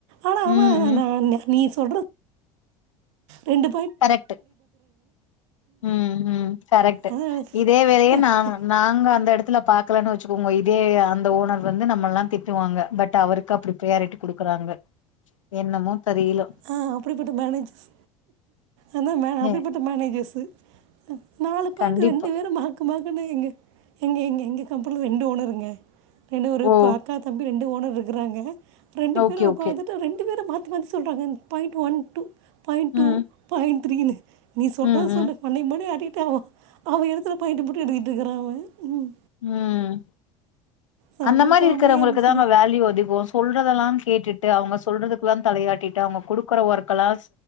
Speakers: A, on the right; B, on the left.
A: ஆனா அவ
B: ம் ம்
A: நா நீ சொல்ற ரெண்டு
B: கரெக்ட்டு ம் ம் கரெக்ட்டு
A: அதான்
B: இதே வேலைய நா நாங்க அந்த எடத்துல பாக்கலனு வ ச்கோங்க இதே அந்த ஓனர் வந்து நம்ம எல்லா திட்டுவாங்க பட் அவருக்கு அப்படி ப்ரியாரிட்டி குடுக்கறாங்க என்னமோ தெரியல
A: ஆ அப்படிப்பட்ட மேனேஜர்ஸ் அனா மே அப்படிப்பட்ட
B: ஏ
A: மேனேஜர்ஸு நாலு பாயிண்ட்
B: கண்டிப்பா
A: ரெண்டு பேரு மா க்கு மாக்குனு எங்க எங்க எங்க கம்பெனில ரெண்டு ஓனருங்க ரெண்டு ஒரு
B: ஓ
A: ப அக்கா தம்பி ரெண் டு ஓனர் இருக்றாங்க ரெண்டு
B: ஓகே
A: பேரு ஒக்காந்துட்டு
B: ஓகே
A: ரெண்டு பேரு மாத் தி த்தி மாரி சொல்றாங்க இந் point one, two point two,
B: ம்
A: பாயிண்ட் த்ரீனு நீ சொல்றத
B: ம்
A: சொல்லு மண்டய மண்டைய ஆட்டிகிட்டு அவ அவ எழுதற பாயிண்ட்டு மட்டு எழுதிட்ருக்றா அவ ம்
B: ம்
A: செம
B: அந்த மாரி
A: காமெடியாக
B: இருக்கிறவங்களுக்கு
A: இருந்துச்சுங்க
B: தாங்க வேல்யூ அதிகோ சொல்றதெல்லா கேட்டுட்டு அவுங்க சொல்றதுக்குல்லா தலையாட்டிட்டு அவுங்க குடுக்கற ஒர்க்கலா